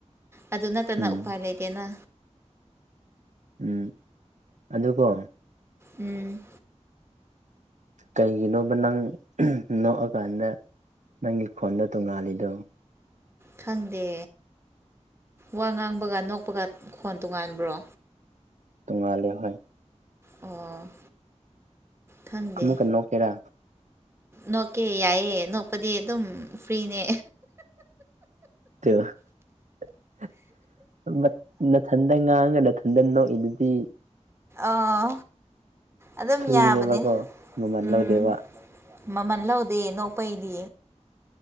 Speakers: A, on the right; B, on the right.
A: ꯑꯗꯨ ꯅꯠꯇꯅ
B: ꯎꯝ
A: ꯎꯄꯥꯏ ꯂꯩꯇꯦꯅ
B: ꯎꯝ ꯑꯗꯨꯒꯣ
A: ꯎꯝ
B: ꯀꯩꯒꯤꯅꯣꯕ ꯅꯪ ꯅꯣꯛꯑꯀꯥꯟꯗ ꯅꯪꯒꯤ ꯈꯣꯟꯗ ꯇꯣꯡꯉꯥꯜꯂꯤꯗꯣ
A: ꯈꯪꯗꯦ ꯋꯥ ꯉꯥꯡꯕꯒ ꯅꯣꯛꯄꯒ ꯈꯣꯟ ꯇꯣꯉꯥꯟꯕ꯭ꯔꯣ
B: ꯇꯉꯂꯦ ꯍ
A: ꯑꯣ ꯈꯪꯗꯦ
B: ꯑꯃꯃꯨꯀ ꯅꯣ ꯀꯦꯔꯥ
A: ꯅꯣꯛꯀꯦ ꯌꯥꯏꯑꯦ ꯅꯣꯛꯄꯗꯤ ꯑꯗꯨꯝ ꯐ꯭ꯔꯤꯅꯦ
B: ꯊꯗ ꯉꯥꯡ ꯊꯟꯗꯅꯣ ꯏꯗꯨꯗꯤ
A: ꯑꯥ ꯑꯗꯨꯝ
B: ꯐ꯭ꯔꯤꯅꯦꯕꯀꯣ
A: ꯌꯥꯕꯅꯦ
B: ꯃꯃꯜ
A: ꯎꯝ
B: ꯂꯧꯗꯦꯕ
A: ꯃ ꯃꯟꯂ ꯍꯧꯗ ꯅꯧ ꯄꯩꯗꯤ